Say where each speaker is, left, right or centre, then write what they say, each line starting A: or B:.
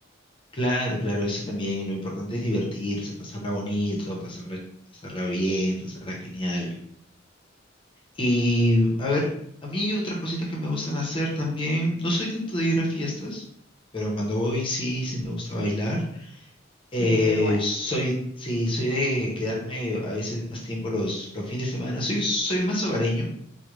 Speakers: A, on the left (about 25°); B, on the left (about 70°).
A: Claro, claro, eso también. Lo importante es divertirse, pasarla bonito, pasarla, pasarla bien, pasarla genial. Y a ver, a mí otras cositas que me gustan hacer también. No soy tanto de ir a fiestas, pero cuando voy sí, sí me gusta bailar.
B: Sí,
A: Eh,
B: yo igual.
A: soy, sí, soy de quedarme a veces más tiempo los, los fines de semana. Soy, soy más hogareño,